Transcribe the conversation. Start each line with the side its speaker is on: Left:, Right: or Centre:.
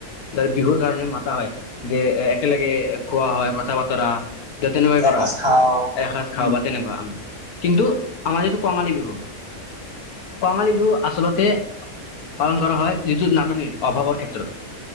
Left: তাৰ বিহুৰ কাৰণে মাতা হয়। যে একেলগে খোৱা হয় কথা বতৰা ত তেনেকুৱাই
Right: এসাঁজ
Left: কৰা হয়
Right: খাওঁ
Left: এসাঁজ
Right: উম
Left: খাও বা তেনেকুৱা। কিন্তু আমাৰ এইহেতু কঙালী বিহু, কঙালী বিহু আচলতে পালন কৰা হয় যুজত নাট নিৰ অভাৱৰ ক্ষেত্ৰত।